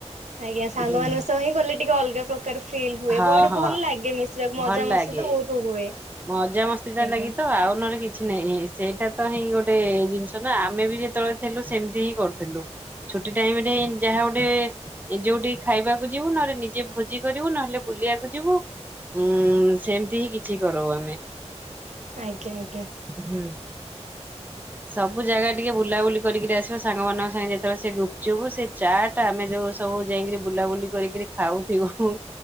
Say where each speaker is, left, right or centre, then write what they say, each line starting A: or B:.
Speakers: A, on the right (about 80°); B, on the right (about 15°).
A: ଆଜ୍ଞା ସାଙ୍ଗ
B: ହୁଁ
A: ମାନଙ୍କ ସହ ହିଁ ଗଲେ ଟିକେ ଅଲଗା ପ ଫିଲ୍ ହୁଏ,
B: ହଁ
A: ବଡ଼ି
B: ହଁ
A: ଭଲଲାଗେ ନିଶ୍ଚିତ ମଜା
B: ଭଲ ଲାଗେ
A: ମସ୍ତି ତ ବହୁତ ହୁଏ।
B: ମଜାମସ୍ତି ଟା
A: ଆଜ୍ଞା
B: ଲାଗି ତୋ ଆଉ ନହଲେ କିଛି ନାହିଁ। ଏ ଇ ସେଇଟା ତ ହେଇ ଗୋଟେ ଜିନିଷ ନା। ଆମେ ବି ଯେତେବେଳେ ଥିଲୁ ସେମିତି ହିଁ କରୁଥିଲୁ। ଛୁଟି ଟାଇମରେ ଯାହା ଗୋଟେ ଏ ଯୋଉଠି ଖାଇବାକୁ ଯିବୁ ନହେଲେ ନିଜେ ଭୋଜି କରିବୁ ନହେଲେ ବୁଲିବାକୁ ଯିବୁ। ଉଁ ସେମିତି ହିଁ କିଛି କରଉ ଆମେ।
A: ଆଜ୍ଞା, ଆଜ୍ଞା।
B: ହୁଁ।
A: <unintelligible>
B: ସବୁ ଜାଗା ଟିକେ ବୁଲାବୁଲି କରିକିରି ଆସିବା ସାଙ୍ଗମାନଙ୍କ ସାଙ୍ଗେ ଯେତେବେଳେ ସେ ଗୁପଚୁପ ସେ। ଚାଟ୍ ଆମେ ଯୋଉ ସବୁ ଯାଇକିରି ବୁଲାବୁଲି କରିକିରି ଖାଉଥିବୁ।